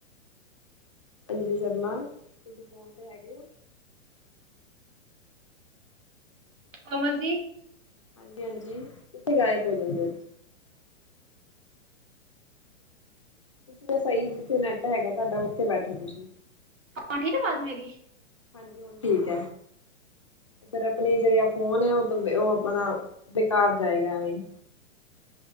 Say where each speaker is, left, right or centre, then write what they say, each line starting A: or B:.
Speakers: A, on the left (about 25°); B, on the right (about 80°).
A: ਅੰਜਲੀ ਸ਼ਰਮਾ ਤੁਸੀਂ ਫੋਨ ਤੇ ਹੈਗੇ ਹੋ?
B: ਕੋਮਲ ਜੀ।
A: ਹਾਂਜੀ ਹਾਂਜੀ ਕਿੱਥੇ ਗਾਇਬ ਹੋ ਜਾਂਦੇ ਹੋ ਤੁਸੀਂ ਤਾਂ ਸਹੀ ਜਿੱਥੇ ਨੈੱਟ ਹੈਗਾ ਤੁਹਾਡਾ ਉੱਥੇ ਬੈਠੋ ਤੁਸੀਂ
B: ਹੁਣ ਠੀਕ ਆਵਾਜ਼ ਮੇਰੀ।
A: ਹਾਂਜੀ ਹੁਣ ਠੀਕ ਐ। ਫੇਰ ਆਪਣੀ ਜਿਹੜੀ ਅ ਫੋਨ ਓ ਉਹ ਉਹ ਆਪਣਾ ਬੇਕਾਰ ਜਾਏਗਾ ਐ ਵੀ।